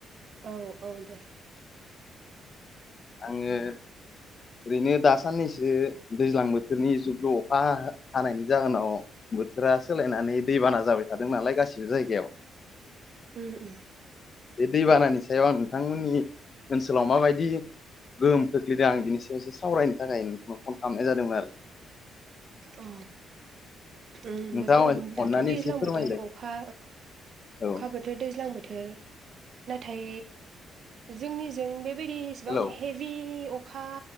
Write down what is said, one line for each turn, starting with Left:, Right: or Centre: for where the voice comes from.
Right: औ औ दे।
Left: आङो ओरैनो दा साननैसो दैज्लां बोथोरनि जुुब जुब अखा हानायनि जाहोनाव बोथोरा सोलायनानै दैबाना जाबाय थादों नालाय गासिबो जायगायाव।
Right: उम ओम।
Left: बे दैबानानि सायाव आं नोंथांमोननि ओनसोलाव माबायदि गोहोम खोख्लैदों आं बिनि सायाव एसे सावरायनो थाखाय फन खालामनाय जादोंमोन आरो।
Right: अ ओं
Left: नोंथाङा
Right: बोथोर दाथ'
Left: अननानै
Right: दैज्लां
Left: एसे फोरमायलाय
Right: बोथोर अखा
Left: औ
Right: <unintelligible> दैज्लां बोथोर नाथाय जोंनिजों बेबायदि एसेबां
Left: हेलौ
Right: हे बिदि अखा